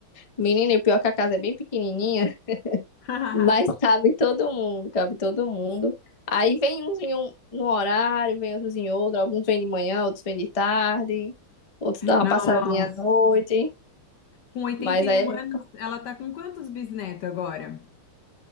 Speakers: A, on the left; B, on the left.
A: Menina, e o pior é que a casa é bem pequenininha, <laughs>
B: <laughs>
A: mas cabe todo mundo, cabe todo mundo. Aí vem uns em um no horário, vem outros em outro. Alguns vêm de manhã, outros vêm de tarde, outros dão uma
B: Nossa,
A: passadinha à noite.
B: com oitenta
A: Mas
B: e
A: aí
B: um
A: a gente,
B: anos, ela tá com quantos bisnetos agora?